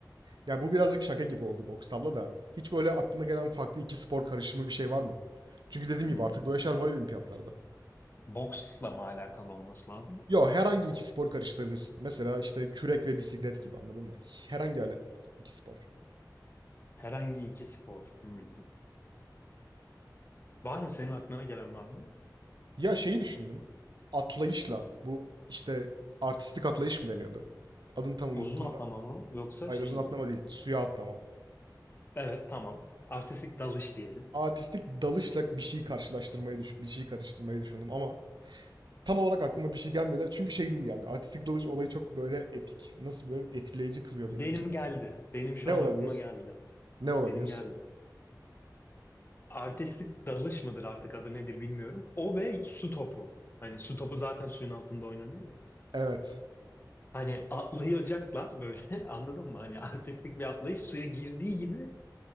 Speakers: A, on the right; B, on the left.
A: Yani bu birazcık şaka gibi oldu boks tavla da. Hiç böyle aklına gelen farklı iki spor karışımı bir şey var mı? Çünkü dediğim
B: Hmm.
A: gibi artık böyle şeyler var olimpiyatlarda.
B: Boksla mı alakalı olması lazım?
A: Yo herhangi iki spor karıştırabilirsin. Mesela işte kürek ve bisiklet gibi anladın mı? Herhangi ale- iki spor.
B: Herhangi iki spor. Hmm. Var mı senin aklına gelen var mı?
A: Ya şeyi düşündüm. Atlayışla bu işte artistik atlayış mı deniyordu? Adını tam unuttum
B: Uzun atlama
A: da.
B: mı yoksa
A: Aerozun
B: şey
A: atlama
B: mi?
A: değil, suya atlama.
B: Evet tamam. Artistik dalış diyelim.
A: artistik dalışla bir şey karşılaştırmayı düş, bir şey karıştırmayı düşündüm ama tam olarak aklıma bir şey gelmedi. Çünkü şey gibi geldi. Artistik dalış olayı çok böyle epik, nasıl böyle etkileyici kılıyor
B: Benim
A: benim için.
B: geldi. Benim şu
A: Ne
B: an
A: olabilir?
B: aklıma geldi.
A: Ne olabilir?
B: Benim geldi. Artistik dalış mıdır artık adı nedir bilmiyorum. O ve su topu. Hani su topu zaten suyun altında oynanıyor ya.
A: Evet.
B: Hani atlayacaklar böyle <laughs> anladın mı? Hani artistik bir atlayış suya girdiği gibi